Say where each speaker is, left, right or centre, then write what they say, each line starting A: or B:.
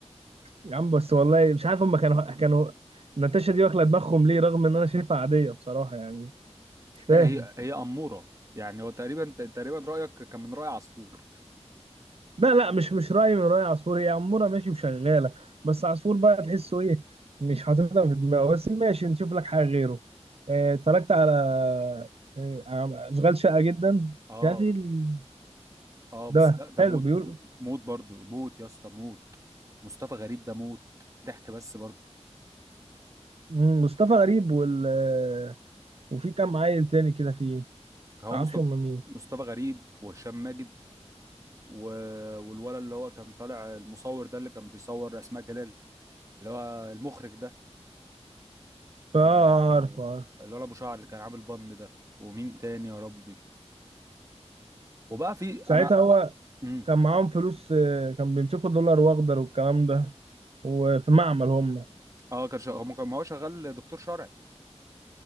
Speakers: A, on the right; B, on the right.
A: يا عم بس والله مش عارف هم كانوا كانوا ناتاشا دي واكله دماغهم ليه رغم ان انا شايفها عاديه بصراحه يعني مش فاهم
B: هي هي أمورة يعني هو تقريبا تقريبا رأيك كان من رأي عصفور
A: لا لا مش مش رأي من رأي عصفور هي عمورة ماشي وشغالة بس عصفور بقى تحسه ايه مش حاططها في دماغه بس ماشي نشوف لك حاجة غيره آه، اتفرجت على آه، على أشغال شقة جدا
B: اه
A: يا في ال...
B: اه
A: ده
B: بس ده ده
A: حلو
B: موت
A: بيقول
B: موت برضو موت يا اسطى موت مصطفى غريب ده موت ضحك بس برضو
A: مم، مصطفى غريب وال آه، وفي كام عيل تاني كده فيه
B: هو
A: متعرفش
B: مصطفى
A: هم مين
B: مصطفى غريب وهشام ماجد و... والولد اللي هو كان طالع المصور ده اللي كان بيصور أسماء جلال اللي هو المخرج ده والولد
A: فا عارف عارف
B: أبو شعر اللي كان عامل بن ده ومين تاني يا ربي وبقى في
A: ساعتها
B: أنا آه،
A: هو
B: مم.
A: كان معاهم فلوس آه، كان بيمسكوا دولار واخضر والكلام ده وفي معمل هم
B: اه كان شغال هو ما كان- ما هو شغال دكتور شرعي